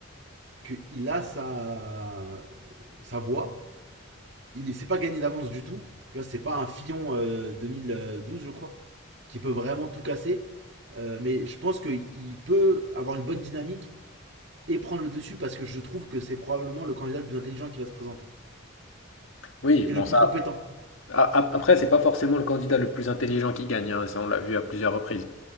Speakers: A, on the right (about 60°); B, on the left (about 80°).
A: qu'il a sa, sa voix. Il ne s'est pas gagné d'avance du tout. Tu vois, c'est pas un Fillon euh, 2012, je crois, qui peut vraiment tout casser. Euh, mais je pense qu'il peut avoir une bonne dynamique et prendre le dessus parce que je trouve que c'est probablement le candidat le plus intelligent qui va se présenter.
B: Oui,
A: Et
B: bon
A: le plus
B: ça.
A: compétent.
B: a- a- Après, c'est pas forcément le candidat le plus intelligent qui gagne, hein, ça on l'a vu à plusieurs reprises.